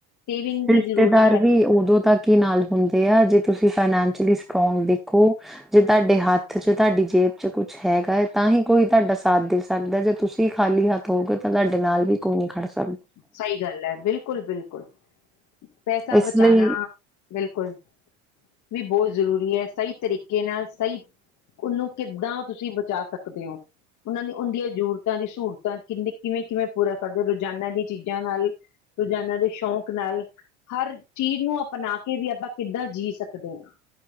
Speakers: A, on the left; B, in the centre.
A: ਸੇਵਿੰਗ
B: ਰਿਸ਼ਤੇਦਾਰ
A: ਵੀ ਜ਼ਰੂਰੀ ਹੈ
B: ਵੀ ਉਦੋਂ ਤੱਕ ਹੀ ਨਾਲ ਹੁੰਦੇ ਆ ਜੇ ਤੁਸੀਂ ਫਾਨ ਸਲੀ ਸਟਰੋਂਗ ਦੇਖੋ ਜੇ ਤੁਹਾਡੇ ਹੱਥ ਚ ਤੁਹਾਡੀ ਜੇਬ ਚ ਕੁਛ ਹੈਗਾ ਹੈ ਤਾਂ ਹੀ ਕੋਈ ਤੁਹਾਡਾ ਸਾਥ ਦੇ ਸਕਦਾ ਜੇ ਤੁਸੀਂ ਖਾਲੀ ਹੱਥ ਹੋਗੇ ਤਾਂ ਤੁਹਾਡੇ ਨਾਲ ਵੀ ਕੋਈ ਨੀ ਖੜ ਸਕ
A: ਸਹੀ ਗੱਲ ਹੈ ਬਿਲਕੁਲ ਬਿਲਕੁਲ ਪੈਸਾ
B: ਇਸ
A: ਬਚਾਨਾ
B: ਲਈ
A: ਬਿਲਕੁਲ ਵੀ ਬਹੁਤ ਜ਼ਰੂਰੀ ਹੈ ਸਹੀ ਤਰੀਕੇ ਨਾਲ ਸਹੀ ਉਹਨੂੰ ਕਿੱਦਾਂ ਤੁਸੀਂ ਬਚਾ ਸਕ ਸਕਦੇ ਹੋ ਉਹਨਾਂ ਨੇ ਉਹਦੀਆਂ ਜ਼ਰੂਰਤਾਂ ਦੀ ਸਹੂਲਤਾਂ ਕਿੰ ਕਿਵੇਂ ਕਿਵੇਂ ਪੂਰਾ ਕਰਦੇ ਰੋਜ਼ਾਨਾ ਦੀ <unintelligible> ਰੋਜ਼ਾਨਾ ਦੇ ਸ਼ੌਕ ਨਾਲ ਹਰ ਚੀਜ਼ ਨੂੰ ਅਪਣਾ ਕੇ ਵੀ ਆਪਾਂ ਕਿੱਦਾਂ ਜੀ ਸਕਦੇ ਹਾਂ।